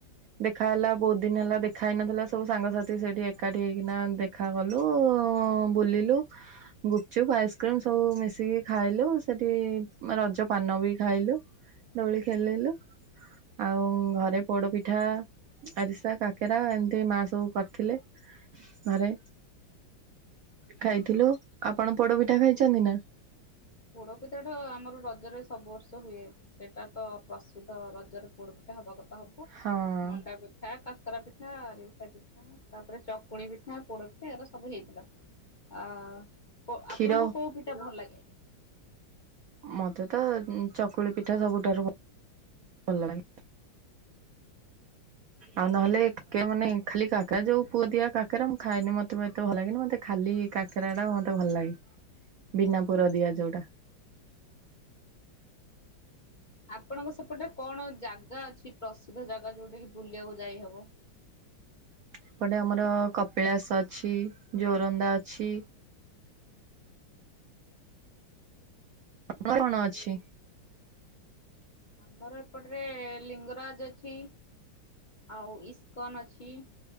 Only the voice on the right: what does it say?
ଦେଖା ହେଲା ବହୁତ୍ ଦିନି ହେଲା ଦେଖା ହେଇ ନଥିଲା ସବୁ ସାଙ୍ଗସାଥି ସେଇଠି ଏକାଠି ହେଇକିନା ଦେ ଦେଖା କଲୁ ବୁଲିଲୁ ଗୁପଚୁପ୍, ଆଇସ୍କ୍ରିମ୍ ସବୁ ମିଶିକି ଖାଇଲୁ ସେଠି ରଜ ପାନ ବି ଖାଇଲୁ। ଦୋଳି ଖେଳିଲୁ ଆଉ ଘରେ ପୋଡପିଠା ଆରିସା, କାକେରା ଏମିତି ମା ସବୁ କରିଥିଲେ ଘରେ। ଖାଇଥିଲୁ ଆପଣ ପୋଡପିଠା ଖାଇଚନ୍ତି ନା?
ହଁ
କ୍ଷୀର
ମତେ ତ ଚକୁଳି ପିଠା ସବୁଠାରୁ ଭ ଭଲ ଲାଗେ। ଆଉ ନହେଲେ କେ ମାନେ ଖାଲି କାକେରା ଯଉ ପୁର ଦିଆ କାକେରା ମୁଁ ଖାଏନି ମତେ ଭା ମତେ ଭଲ ଲାଗେନି ମତେ ଖାଲି କାକେରା ଟା ମତେ ଭଲ ଲାଗେ ବିନା ପୁର ଦିଆ ଯଉଟା।
ଏପଟେ ଆମର କପିଳାସ ଅଛି, ଯୋରନ୍ଦା ଅଛି ତମର କଣ ଅଛି?